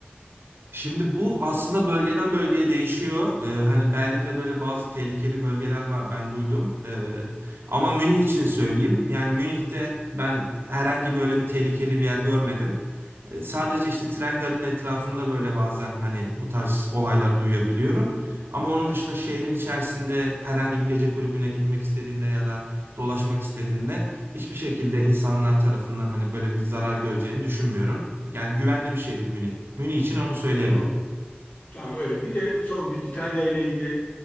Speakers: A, on the right; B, on the left.
A: Şimdi bu aslında bölgeden bölgeye değişiyor. Ee, hani Berlin'de böyle bazı tehlikeli bölgeler var ben duydum. Ee, ama Münih için söyleyeyim. Yani Münih'te ben herhangi böyle bir tehlikeli bir yer görmedim. Ee, sadece işte tren garının etrafında böyle bazen hani bu tarz olaylar duyabiliyorum. Ama onun dışında şehrin içerisinde herhangi bir gece kulübüne gitmek istediğinde ya da dolaşmak istediğinde Hiçbir şekilde insanlar tarafından hani böyle bir zarar göreceğini düşünmüyorum. Yani güvenli bir şehir Münih. Münih için onu söyleyebilirim.
B: Tamam. Tamam öyle. Bir de son bir İtalya ile ilgili